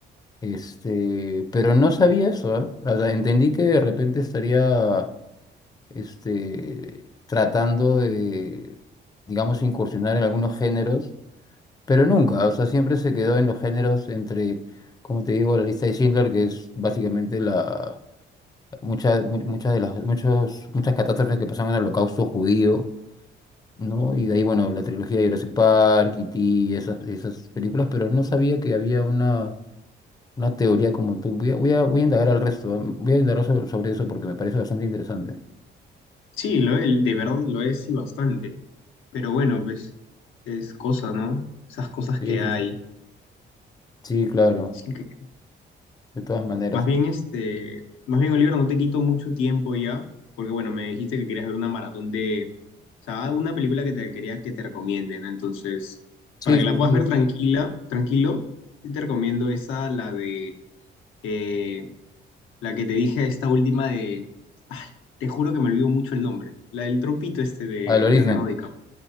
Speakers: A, on the left; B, on the left.
A: Este, pero no sabía eso, ¿eh? O sea, entendí que de repente estaría este, tratando de, digamos, incursionar en algunos géneros, pero nunca, o sea, siempre se quedó en los géneros entre, como te digo, la lista de Schindler, que es básicamente la muchas, mu- muchas de las, muchos, muchas catástrofes que pasaron en el holocausto judío, ¿no? Y de ahí, bueno, la trilogía de Jurassic Park, E.T. y esas, esas películas, pero no sabía que había una, una teoría como tú. Voy a, voy a, voy a indagar al resto, ¿ah? Voy a indagar sobre, sobre eso porque me parece bastante interesante.
B: Sí, lo es, de verdad lo es y bastante. Pero bueno, pues es cosa, ¿no? Esas cosas
A: Sí,
B: que
A: sí,
B: hay.
A: sí. Sí, claro,
B: Así que,
A: de todas maneras.
B: más bien, este, más bien, Oliver, no te quito mucho tiempo ya, porque bueno, me dijiste que querías ver una maratón de, o sea, una película que te quería que te recomiende, ¿no? Entonces,
A: Sí,
B: para que
A: sí,
B: la puedas
A: sí.
B: ver tranquila, tranquilo, yo te recomiendo esa, la de, eh, la que te dije, esta última de, ay, te juro que me olvido mucho el nombre, la del trompito este de
A: Al origen.
B: Leonardo DiCaprio.